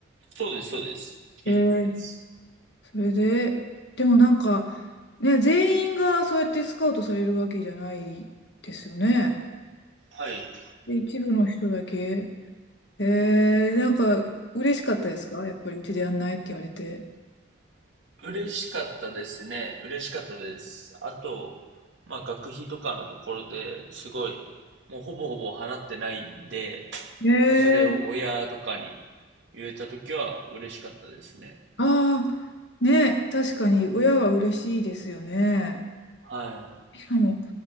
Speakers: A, on the right; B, on the left.
A: そうです、そうです。私立です。
B: ええそれで、でもなんか、ね、全員がそうやってスカウトされるわけじゃないですよね。
A: はい。
B: で、一部の人だけ。えー、なんか、嬉しかったですかやっぱりうちでやんないって言われて。
A: 嬉しかったですね。嬉しかったです。あと、まあ学費とかのところですごい、もうほぼほぼ払ってないんで、
B: えー、
A: まあそれを親とかに言えたときは嬉しかったですね。
B: ああ、ね、確かに親は嬉しいですよね。
A: はい。
B: しかも、